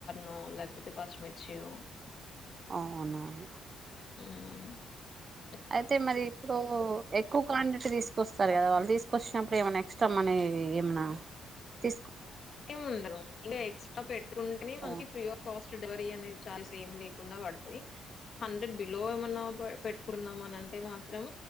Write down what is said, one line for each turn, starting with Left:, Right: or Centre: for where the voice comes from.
Left: నో లేకపోతే పచ్చి మిర్చియో
Right: ఆ అవును అవును
Left: మ్మ్
Right: అయితే మరి ఇప్పుడు ఎక్కువ క్వాంటిటీ తీసుకొస్తారు కదా వాళ్ళు తీసుకొచ్చినప్పుడు ఏమైనా ఎక్స్ట్రా మనీ ఏమైనా తీ
Left: ఏముండదు ఇంకా ఎక్స్ట్రా పెట్టుకుంటేనే మనకి
Right: ఓ
Left: ఫ్రీ గా కాస్ట్ డెలివరీ అనేది చార్జెస్ ఏమి లేకుండా పడతాయి హండ్రెడ్ బిలో ఏమన్నా పెట్టుకున్నాం అని అంటే మాత్రం